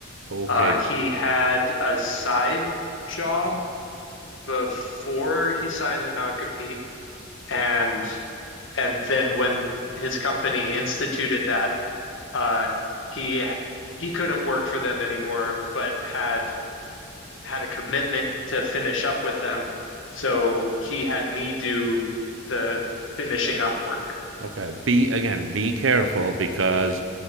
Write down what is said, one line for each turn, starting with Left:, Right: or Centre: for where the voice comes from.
Right: Okay.
Left: Uh, he had a side job before he signed the non-compete, and and then when his company instituted that, uh, he he couldn't work for them anymore, but had had a commitment to finish up with them. So he had me do the finishing up work,
Right: Okay. Be again, be careful because